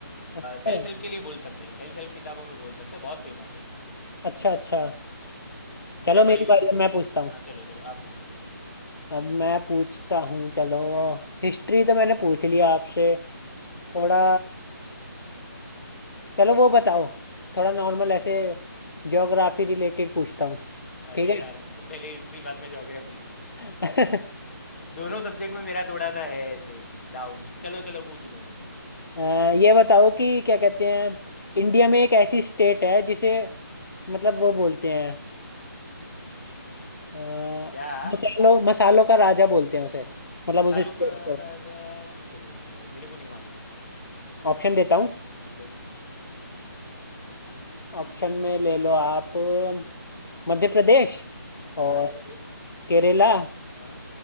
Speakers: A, on the left (about 85°); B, on the left (about 35°).
A: अच्छा
B: सेल्फ हेल्प के लिए बोल सकते हैं सेल्फ हेल्प किताबों में बोल सकते हैं बहुत फेमस है
A: अच्छा अच्छा
B: मैंने
A: चलो मेरी
B: पढ़ी हुई
A: बारी
B: है
A: है, मैं पूछता हूँ
B: हाँ चलो चलो आप पूछो
A: अब मैं पूछता हूँ चलो हिस्ट्री तो मैंने पूछ लिया आपसे
B: हाँ।
A: थोड़ा चलो वो बताओ थोड़ा नॉर्मल ऐसे ज्योग्राफी रिलेटेड पूछता हूँ
B: अरे
A: ठीक है
B: यार <laughs> पहले हिस्ट्री बाद में ज्योग्राफी
A: <laughs>
B: दोनों सब्जेक्ट में मेरा थोड़ा सा है ऐसे डाउन चलो चलो पूछ लो
A: अ, ये बताओ कि क्या कहते हैं इंडिया में एक ऐसी स्टेट है जिसे मतलब वो बोलते हैं अ,
B: क्या
A: मसालों मसालों का राजा बोलते हैं उसे मतलब
B: मसालों
A: उसे स्टेट
B: का
A: को
B: राजा किसको बोलते हैं भाई मेरे को नहीं मालूम
A: ऑप्शन देता हूँ
B: हाँ दो
A: ऑप्शन में ले लो आप अ, मध्य प्रदेश
B: मध्य
A: और
B: प्रदेश फिर
A: केरला
B: आ,